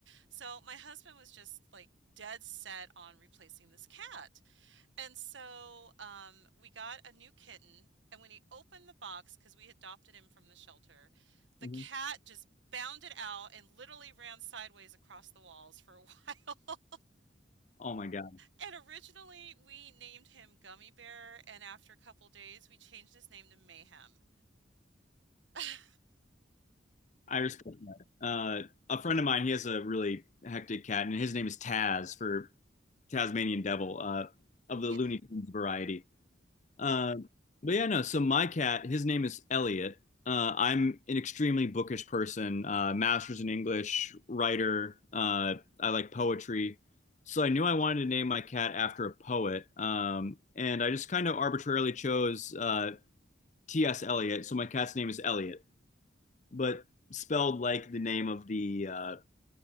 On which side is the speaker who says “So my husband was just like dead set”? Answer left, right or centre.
Right